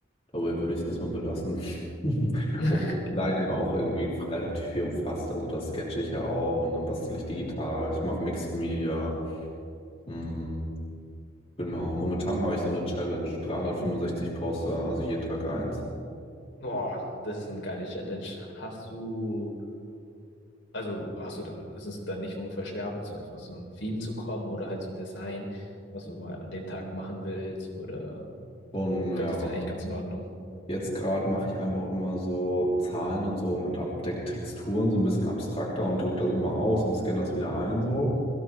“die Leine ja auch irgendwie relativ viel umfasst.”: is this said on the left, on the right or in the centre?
Left